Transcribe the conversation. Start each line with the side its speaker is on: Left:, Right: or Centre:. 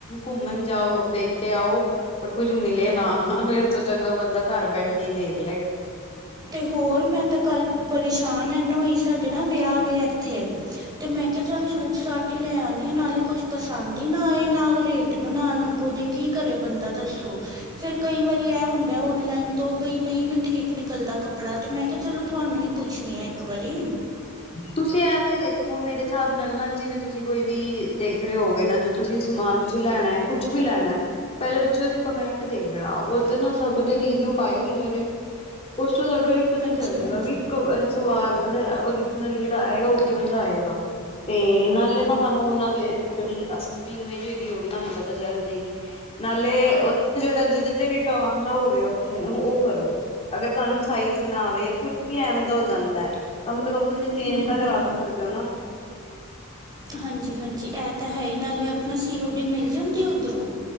Left: ਘੁੰਮਣ ਜਾਓ, ਦੇਖ ਕੇ ਆਓ, ਪਰ ਕੁੱਝ ਮਿਲੇ ਨਾ, ਏਸ ਤੋ ਚੰਗਾ ਬੰਦਾ ਘਰ ਬੈਠ ਕੇ ਹੀ ਦੇਖ ਲੇ।
Right: ਤੇ ਹੋਰ, ਮੈਂ ਤਾਂ ਕੱਲ ਪਰੇਸ਼ਾਨ ਏਨਾ ਹੋਈ ਸਾਡੇ ਨਾ ਵਿਆਹ ਵੇ, ਇੱਥੇ। ਤੇ, ਮੈਂ ਕਿਹਾ, ਚੱਲ ਸੂਟ-ਸਾਟ ਲੈ ਆਂਨੀ ਆ ਨਾਲੇ ਕੁਛ ਪਸੰਦ ਹੀ ਨਾ ਆਏ, ਨਾ ਉਹ ਰੇਟ ਬਨਾਣ ਅੱਗੋਂ ਦੇ ਕੀ ਕਰੇ ਬੰਦਾ ਦੱਸੋ। ਫਿਰ ਕਈ ਵਾਰੀ ਐ ਹੁੰਦਾ ਔਨਲਾਈਨ ਤੋਂ ਬਈ, ਨਹੀਂ ਵੀ ਠੀਕ ਨਿਕਲ ਬੰਦਾ ਕੱਪੜਾ ਮੈਂ ਕਿਹਾ ਚਲੋ, ਤੁਹਾਨੂੰ ਹੀ ਪੁੱਛਣੀ ਹੈ। ਇੱਕ ਵਾਰੀ,
Left: ਤੁਸੀਂ ਐ ਤੇ ਦੇਖੋ, ਮੇਰੇ ਹਿਸਾਬ ਨਾਲ ਨਾ ਜਿਵੇ ਤੁਸੀ, ਕੋਈ ਵੀ ਦੇਖ ਰਹੇ ਹੋਗੇ ਨਾ ਜੋ ਤੁਸੀ ਸਮਾਨ ਤੁਸੀ ਲੈਣਾ ਆ ਕੁਛ ਵੀ ਲੈਣਾ, ਪਹਿਲੇ ਤੁਸੀਂ ਉਹਦੇ ਕਮੈਂਟ ਦੇਖ ਲੈਣਾ ਉਹਦੇ ਤੇ ਨਾ, ਸਭ ਨੇ ਰਿਵਿਊ ਪਾਏ ਹੁੰਦੇ ਨੇ। ਉਸ ਤੁਾਨੂੰ ਇਹ ਪਤਾ ਚੱਲ
Right: ਹਾਂਜੀ
Left: ਜਾਏਗਾ
Right: ਹਾਂਜੀ
Left: ਵੀ ਸਵਾਦ ਬਣਾਇਆ ਓਰਿਜ <unintelligible> ਉਹ ਕਿਵੇਂ ਦਾ ਆਏਗਾ ਤੇ ਨਾਲੇ ਨਾ ਤੁਹਾਨੂੰ ਉਹਨਾਂ ਦੀ ਜਿਹੜੀ ਅਸਲੀ ਇਮੇਜ ਹੋਗੀ ਉਹ ਵੀ ਤੁਹਾਨੂੰ ਪਤਾ ਚੱਲ ਜੇਗੀ, ਨਾਲੇ ਉਹਦਾ ਜਿਹੜਾ ਜਿਹਦੇ ਤੇ ਰਿਟਰਨ ਦਾ ਹੋਵੇ ਆਪਸ਼ਨ ਉਹ ਕਰੋ। ਅਗਰ ਤੁਹਾਨੂੰ ਸਾਈਜ਼ ਨਾ ਆਵੇ ਕੁਝ ਵੀ ਐਵੇਂ ਦਾ ਹੋ ਜਾਂਦੈ ਕਮ ਸੇ ਕਮ ਤੁਸੀ, ਚੇਂਜ
Right: ਹੂੰ
Left: ਤਾਂ ਕਰਾ
Right: ਹੂੰ
Left: ਸਕਦੇ ਹੋ ਨਾ।
Right: ਹਾਂਜੀ। ਹਾਂਜੀ। ਐ ਤਾਂ ਹੈ ਹੀ ਨਾਲ ਸੀਓਡੀ ਮਿਲ ਜਾਂਦੀ ਉਧਰੋਂ?